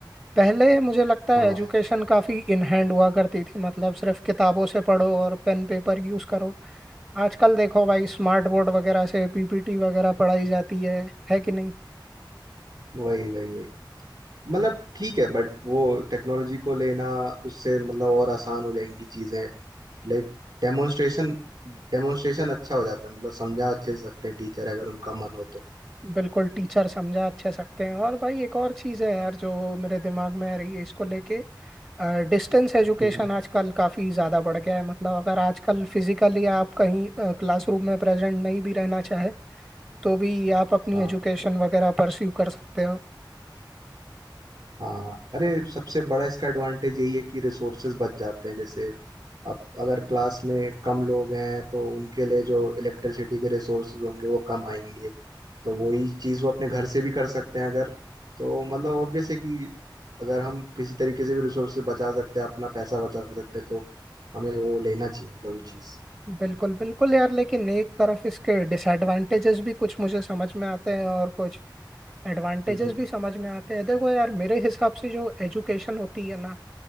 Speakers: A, on the right; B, on the right.
A: पहले मुझे लगता
B: हाँ
A: है एजुकेशन काफी इन हैंड हुआ करती थी मतलब सिर्फ किताबों से पढ़ो और पेन पेपर यूज करो आजकल देखो भाई स्मार्ट बोर्ड वगैरह से पीपीटी वगैरह पढ़ाई जाती है है कि नहीं
B: वही वही वही मतलब ठीक है बट वो टेक्नोलॉजी को लेना उससे मतलब और आसान हो जाएंगी चीजें लाइक डेमोन्स्ट्रेशन डेमोन्स्ट्रेशन अच्छा हो जाता है मतलब समझा अच्छे से सकते हैं टीचर अगर उनका मन हो तो
A: बिल्कुल टीचर समझा अच्छे सकते हैं और भाई एक और चीज़ है यार जो मेरे दिमाग में आ रही है इसको लेके डिस्टेंस एजुकेशन
B: हम्म।
A: आजकल काफ़ी ज़्यादा बढ़ गया है मतलब अगर आजकल फिजिकली आप कहीं क्लासरूम में प्रेजेंट नहीं भी रहना चाहे तो भी आप अपनी
B: हाँ
A: एजुकेशन वगैरह परस्यू कर सकते हो
B: हाँ अरे सबसे बड़ा इसका एडवांटेज यही है कि रिसोर्सेज बच जाते हैं जैसे अब अगर क्लास में कम लोग हैं तो उनके लिए जो इलेक्ट्रिसिटी के रिसोर्सेज होंगे वो कम आएंगे तो वही चीज़ वो अपने घर से भी कर सकते हैं अगर तो मतलब ऑब्वियस है कि अगर हम किसी तरीके से भी रिसोर्सेज बचा सकते हैं अपना पैसा बचा सकते हैं तो हमें वो लेना चाहिए मतलब वो चीज़
A: बिल्कुल बिल्कुल यार लेकिन एक तरफ इसके डिसएडवांटेजेस भी कुछ मुझे समझ में आते हैं और कुछ एडवांटेजेस
B: हम्म,
A: भी समझ में आते हैं देखो यार मेरे हिसाब से जो एजुकेशन होती है ना